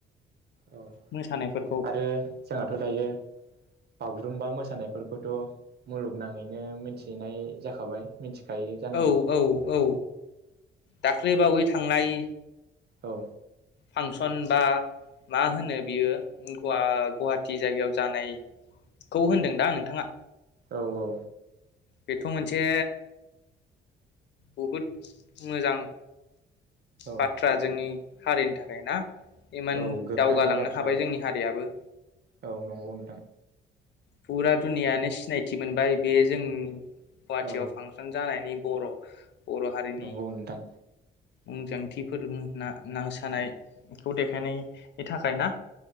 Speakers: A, on the right; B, on the left.
A: औ
B: मोसानायफोरखौ
A: आरो जोंहाथ दायो। बागुरुम्बा मोसानायफोरखौथ मुलुगनाङैनो मिथिनाय जाखाबाय। मिथिखायो जानांगौ
B: औ औ औ दाख्लैबावै थांनाय
A: औ।
B: फांसन बा मा होनो बियो गुव-गुवाहाटि जायगायाव जानाय खौ होनदों दा नोंथाङा।
A: औ औ।
B: बेथ मोनसे। बहुद मोजां
A: औ
B: बाथ्रा जोंनि हारिनि थाखाय ना इमान
A: औ गोग्गानाय
B: दावगालांनो
A: बाथ्रा
B: हाबाय जोंनि हारियाबो।
A: औ नंगौ नोंथां
B: फुरा दुनियायानो सिनायथि मोनबाय बे जों गुवाहाटियाव
A: औ
B: फांसन जानायनि बर' बर' हारिनि
A: नंगौ नोंथां।
B: मुंदांथिफोर <unintelligible> मोसानायखौ देखायनायनि थाखाय ना?